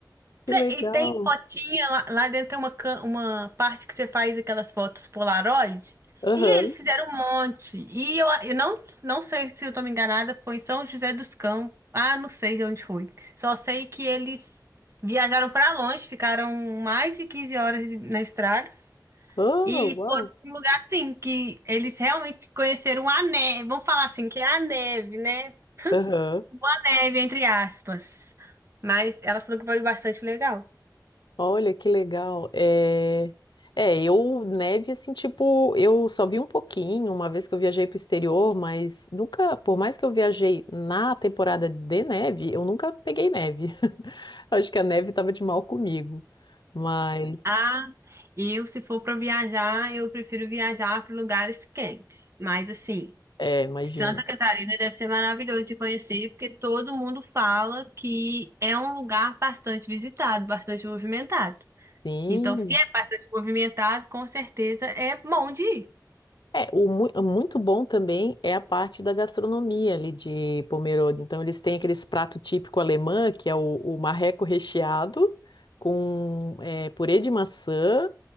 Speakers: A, on the left (about 90°); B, on the right (about 40°).
A: Que
B: Cê-
A: legal.
B: E tem fotinha lá, lá dentro tem uma, cam- uma parte que você faz aquelas fotos Polaroid.
A: Aham.
B: E eles fizeram um monte. E eu, eu não, não sei se eu tô me enganada, foi em São José dos Campos. Ah, não sei de onde foi. Só sei que eles viajaram pra longe, ficaram mais de 15 horas de- na estrada.
A: Oh,
B: E
A: uau.
B: foram pra um lugar assim, que eles realmente conheceram a neve. Vamos falar assim, que é a neve, né?
A: Aham.
B: A neve, entre aspas. Mas ela falou que foi bastante legal.
A: Olha, que legal. É... é, eu, neve, assim, tipo, eu só vi um pouquinho uma vez que eu viajei pro exterior, mas nunca, por mais que eu viajei na temporada de neve, eu nunca peguei neve. <laughs> Acho que a neve tava de mal comigo. Mas,
B: Ah, eu, se for para viajar, eu prefiro viajar para lugares quentes. Mas, assim,
A: é, imagino.
B: Santa Catarina deve ser maravilhoso de conhecer, porque todo mundo fala que é um lugar bastante visitado, bastante movimentado.
A: Sim.
B: Então, se é bastante movimentado, com certeza é bom de ir.
A: É, o mu- o muito bom também é a parte da gastronomia ali de Pomerode. Então, eles têm aqueles prato típico alemã, que é o, o marreco recheado, com é, purê de maçã,